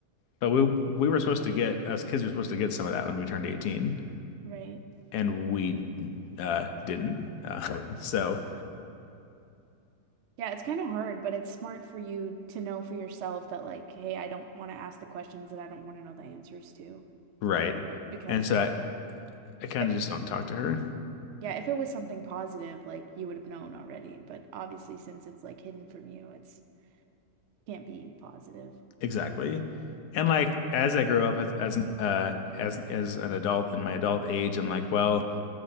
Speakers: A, on the left; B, on the right.
A: But we we were supposed to get us kids were supposed to get some of that when we turned 18
B: right.
A: and we uh didn't. Uh, <laughs> so
B: Yeah, it's kind of hard, but it's smart for you to know for yourself that like, hey, I don't want to ask the questions that I don't want to know the answers to.
A: right.
B: Because
A: And so I, I kind
B: it,
A: of just don't talk to her
B: yeah, if it was something positive, like you would have known already. But obviously, since it's like hidden from you, it's can't be positive.
A: exactly. And like as I grow up as as an uh as as an adult in my adult age, I'm like, well,